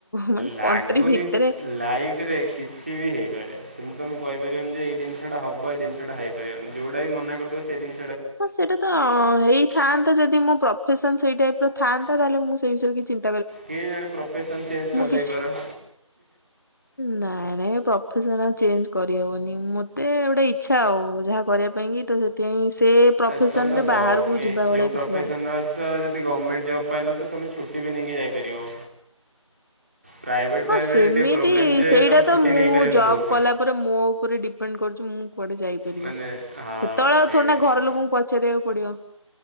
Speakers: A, on the left; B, on the right.
A: ମାନେ
B: ଲାଗୁନି
A: କଣ୍ଟ୍ରି ଭିତରେ
B: ଲାଇଫରେ କିଛି ବି ହେଇପାରେ। ସେମିତି ତମେ କହିପାରିବନ ଯେ ଏଇ ଜିନିଷଟା ହବ ଏଇ ଜିନିସଟା ହେଇପାରିବନି ଯୋଉଟା ବି ମନା କରିଥିବ ସେଇ ଜିନ
A: ହଁ ସେଇଟା ତ ହେଇଥାନ୍ତା ଯଦି ମୁଁ ପ୍ର ଫେସନ ସେଇ ଟାଇପର ଥାନ୍ତା ତାହେଲେ ମୁଁ ସେ ବିଷୟରେ କି ଚି
B: କେ ଜଣେ ପ୍ରୋଫେସନ ଚେଞ୍ଜ କରି
A: କିଛି
B: ଦେଇପାର
A: ନାଇଁ ନାଇଁ ପ୍ରଫେସର ଆଉ ଚେଞ୍ଜ କରିହବନି ମତେ ଗୋଟେ ଇଚ୍ଛା ଆଉ ଯାହା କରିବା ପାଇଁ କି ତ ସେଥିପାଇଁ ସେ ପ୍ରଫେସନ
B: ତମେ ତ
A: ରେ
B: ଗଭ୍
A: ବାହାରକୁ
B: ମେ
A: ଯିବା ଭଳିଆ
B: ଯୋଉ ପ୍ରଫେସନରେ
A: କିଛି ନାହିଁ।
B: ଅଛ ଯଦି ଗଭର୍ଣ୍ଣମେଣ୍ଟ ଜବ୍ ପାଇଲ ତ ତମେ ଛୁ ଠିବି ନେଇକି ଯାଇପାରିବ। ପ୍ରାଇଭେଟ୍ ଫ୍ରାଇଭେଟ୍
A: ହଁ ସେମିତି
B: ଟିକେ ପ୍ରୋବ୍ଲେମ୍ ଯେ
A: ସେଇଟା
B: ତୁମେ ଛୁଟି
A: ତ ମୁଁ
B: ନେଇପାରିବନି
A: ଜବ
B: ବହୁତ
A: କଲା ପରେ ମୋ ଉପରେ ଡିପେଣ୍ଡ କରୁଛି ମୁଁ କୁଆଡେ ଯାଇପାରିବି।
B: ମାନେ
A: ସେତେବେଳେ
B: ହଁ ସେଇଟା
A: ଆଉ ଥୋଡି ନା
B: ହେଉଛି
A: ଘର ଲୋକଙ୍କୁ ପଚାରିବାକୁ ପଡିବ।